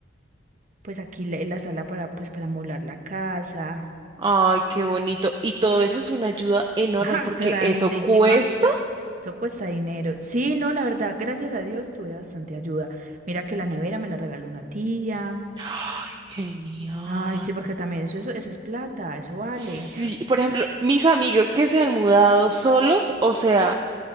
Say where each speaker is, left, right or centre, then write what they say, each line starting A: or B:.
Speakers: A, on the right; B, on the right.
A: pues aquí la, la sala para, pues para molar la casa.
B: Ay, qué bonito. Y todo eso es una ayuda enorme
A: <laughs> ¡Ja!
B: porque
A: Grandísima.
B: eso cuesta.
A: Eso cuesta dinero. Sí, no, la verdad, gracias a Dios tuve bastante ayuda. Mira que la nevera me la regaló una tía.
B: ¡Ay, Genial.
A: Ay, sí, porque también eso, eso, eso es plata, eso vale.
B: Sí, por ejemplo, mis amigos que se han mudado solos, o sea,